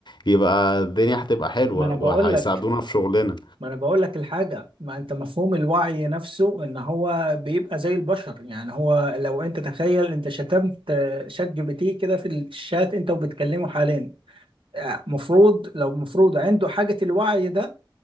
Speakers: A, on the left; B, on the right.
A: يبقى الدنيا هتبقى حلوة
B: ما انا بقول
A: وهيساعدونا
B: لك
A: في شغلنا
B: ما انا بقول لك الحاجه ما انت مفهوم الوعي نفسه ان هو بيبقى زي البشر يعني هو لو انت تخيل انت شتمت آه، شات جي بي تي كده في الشات انت وبتكلمه حاليا آه، مفروض لو مفروض عنده حاجه الوعي ده